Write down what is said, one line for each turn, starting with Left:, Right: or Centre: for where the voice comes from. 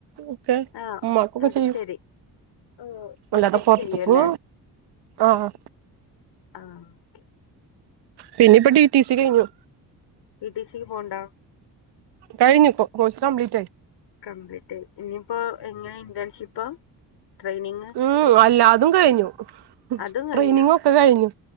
Right: ഒക്കെ
Left: ആ
Right: ഉമ്മാക്കൊക്കെ
Left: അത്
Right: ചെയ്യും
Left: ശരി ഓ
Right: അല്ലാതെ
Left: ഒറ്റക്ക്
Right: പൊർത്ത്ക്ക്‌
Left: ചെയ്യുവല്ലേ
Right: ആഹ് ആ
Left: ആഹ് ഒക്കെ
Right: പിന്നെപ്പൊ ടി ടി സി കഴിഞ്ഞു
Left: ടി ടി സിക്ക് പോവ്ണ്ടോ?
Right: കഴിഞ്ഞു ഇപ്പൊ കോഴ്സ് കംപ്ലീറ്റായി
Left: കംപ്ലീറ്റ് ആയി ഇഞ്ഞ്പ്പോ എങ്ങനെ ഇന്റേൺഷിപ്പ ട്രെയിനിങ്ങോ?
Right: മ് എല്ലാതും കഴിഞ്ഞു
Left: അതും കഴിഞ്ഞോ
Right: ട്രെയിനിങ്ങൊക്ക കഴിഞ്ഞു